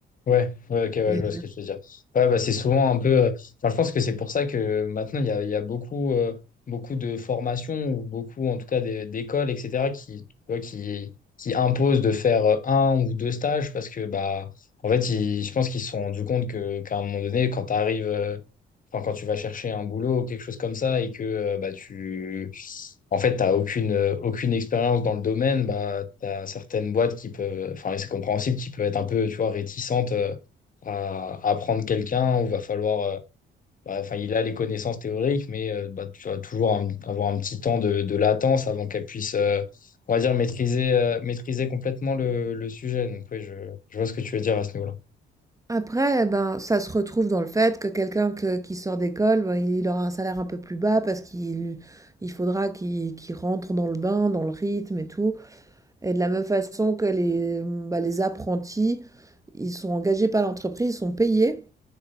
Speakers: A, on the left; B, on the right.
A: Ouais, ouais, ok, ouais,
B: Et
A: je vois ce que tu veux dire. Ouais, bah, c'est souvent un peu. euh, enfin, je pense que c'est pour ça que maintenant, il y a, il y a beaucoup, euh, beaucoup de formations ou beaucoup, en tout cas, des- d'écoles, etc., qui, tu vois, qui, qui imposent de faire euh, un ou deux stages parce que, bah, en fait, ils- je pense qu'ils se sont rendus compte que, qu'à un moment donné, quand tu arrives. Enfin, quand tu vas chercher un boulot ou quelque chose comme ça et que euh, bah, tu, En fait, tu n'as aucune, euh, aucune expérience dans le domaine, bah, tu as certaines boîtes qui peuvent, enfin, et c'est compréhensible, qui peuvent être un peu, tu vois, réticentes euh, à, à prendre quelqu'un où va falloir, euh, bah, enfin, il a les connaissances théoriques, mais euh, bah, tu vas toujours un- avoir un petit temps de, de latence avant qu'elle puisse, euh, on va dire, maîtriser, euh, maîtriser complètement le, le sujet. Donc, oui, je, je vois ce que tu veux dire à ce niveau-là.
B: Après, eh ben, ça se retrouve dans le fait que quelqu'un que qui sort d'école, ben, il aura un salaire un peu plus bas parce qu'il il faudra qu'il qu'il rentre dans le bain, dans le rythme et tout. Et de la même façon que les, mmh, bah, les apprentis, ils sont engagés par l'entreprise, ils sont payés.